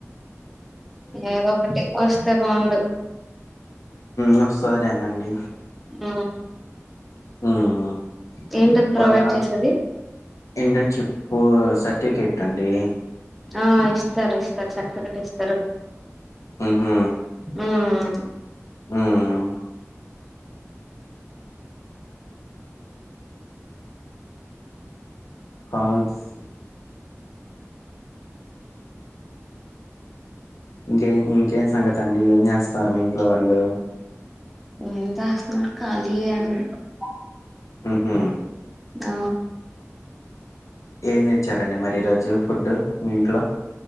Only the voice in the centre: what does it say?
ఏదో ఒకటి వస్తే బాగుండు
ఉమ్,
ఏంటది ప్రొవైడ్
చేసేది
ఆ ఇస్తారు ఇస్తారు సర్టిఫికెట్ ఇస్తారు
మ్మ్
ఏం చేస్తున్నారు <unintelligible>
ఆ